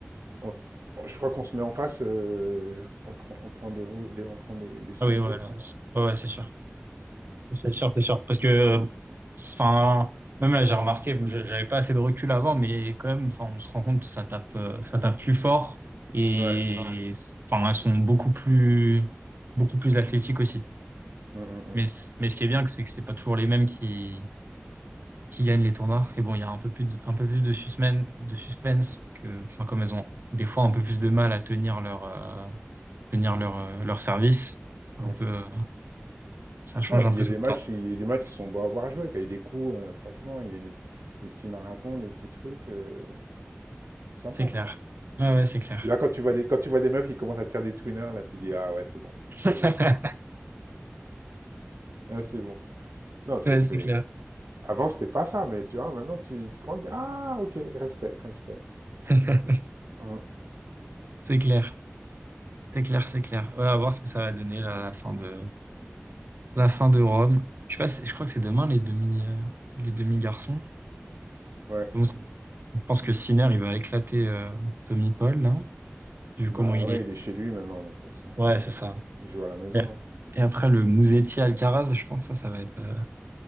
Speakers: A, on the right; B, on the right.
A: on- on- je crois qu'on se met en face, euh, on prend, on prend des, ro- des- on prend des, des 6-0
B: ah oui, ouais,
A: quand
B: là, c'est- ouais, ouais, c'est sûr. C'est sûr, c'est sûr. Parce que, enfin, même là, j'ai remarqué, bon, je- j'avais pas assez de recul avant, mais quand même, enfin, on se rend compte que ça tape, euh, ça tape plus fort Ouais. et,
A: même. Ouais.
B: enfin, elles sont beaucoup plus, beaucoup plus athlétiques aussi.
A: Mm, mm,
B: Mais, c- mais ce qui est bien, c'est que c'est pas toujours les mêmes qui, qui gagnent les tournois. Et bon, il y a un peu plus de, un peu plus de suspense, de suspense, parce que, enfin, comme elles ont des fois un peu plus de mal à tenir leur, euh, tenir leur, euh, leur service, c'est
A: mm,
B: un
A: mm.
B: peu, euh, ça change
A: Non, et puis
B: un peu
A: il y a
B: tout
A: des
B: le
A: matchs,
B: temps.
A: il y a des matchs qui sont beaux à voir jouer, quand il y a des coups, euh, franchement, il y a des, des petits marathons, des petits trucs, euh, sympa
B: C'est clair.
A: quoi.
B: Ouais, ouais, c'est clair.
A: Et là, quand tu vois des, quand tu vois des meufs qui commencent à te faire des twinners, là, tu dis ah ouais, c'est bon, c'est
B: <laughs>
A: bon, là, c'est bon. Non, c'est,
B: Ouais,
A: c'est-
B: c'est clair.
A: Avant, c'était pas ça, mais tu vois, maintenant, tu, tu commences à dire, ah, ok, respect, respect.
B: <laughs>
A: Hum,
B: C'est clair. C'est clair, c'est clair. Ouais, à voir ce que ça va donner là, la fin de la fin de Rome. Je sais pas, si- je crois que c'est demain les demi euh, les demi-garçons.
A: ouais,
B: Bon, c'est- je pense que Sinner il va éclater euh, Tommy Paul là, vu
A: bah
B: comment il
A: ouais,
B: est.
A: il est chez lui maintenant, de toute façon.
B: Ouais, c'est ça.
A: Il joue à la maison,
B: Et,
A: hein.
B: et après le Musetti Alcaraz, je pense que ça ça va être euh,